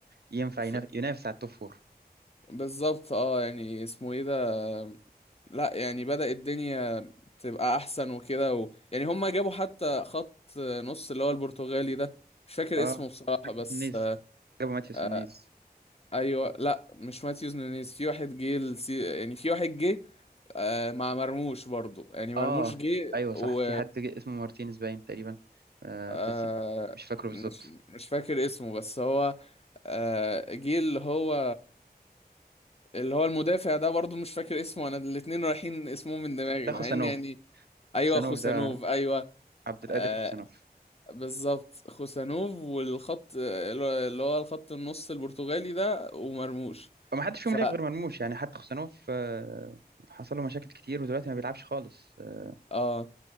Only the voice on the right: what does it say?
ينفع
ينافس, ينافس على التوب فور
اه
ماتيوس
النيز جابوا ماتيوس
النيز
اه
ايوه صح
في حد جه اسمه مارتينيز باين تقريبا آه
بس مش فاكره
بالظبط
ده
خوسانوف
خوسانوف
ده
عبد القادر
خوسانوف
وما حدش فيهم
لعب غير مرموش يعني حتى خوسانوف آه حصل له مشاكل كتير ودلوقتي ما بيلعبش خالص آه